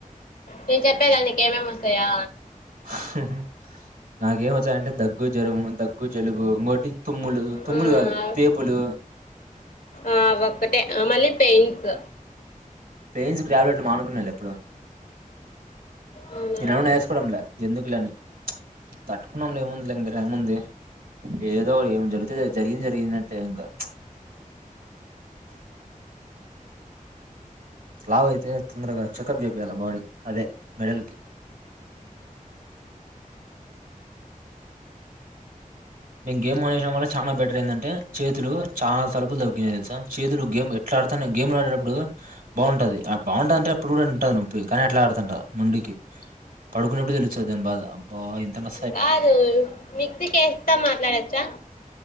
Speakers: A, on the left; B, on the right.
A: నేను చెప్పేదాన్ని నీకేమేమి వస్తాయా
B: హ్మ్ నాకేమవుతాయంటే దగ్గు జ్వరము దగ్గు జలుబు ఇంకోటి తుమ్ములు తుమ్ములు
A: హ్మ్
B: కాదు తేపులు
A: ఆ ఒక్కటే మళ్ళీ పెయిన్స్
B: పెయిన్స్ కు టాబ్లెట్స్లు మనుకున్నలే ఎప్పుడో
A: అవునా
B: ఇనడుమన వేసుకోవడంలే ఎందుకులేని తట్టుకున్నాం లే ఏముంది లే మీరక్ ముందే ఏదో ఒక ఏం జరుగుతే జరిగిన జరిగిందట్టే ఇంకా లావ అయితే తొందరగా చెకప్ చెపిలా బాడిీ అదే మెడల్ కి మేను గేమ్ ఆడిడం వల్ల చాలా బెటర్ ఏంటంటే చేతులు చాలా తలుపులు త్ తెలుసా చేతులు గేమ్ ఎట్లా ఆడుతా గేమ్లు ఆడేటప్పుడు బాగుంటది బాగుంటది అంటే అప్పుడు కూడా ఉంటంది నొప్పి కానీ ఎట్లా ఆడుతంట ముండికి పడుకున్నప్పుడు తెలుస్తుంది దాని బాధ అబ్బ ఎంత న
A: కాదు మిక్సీకిేస్తా మాట్లాడే చ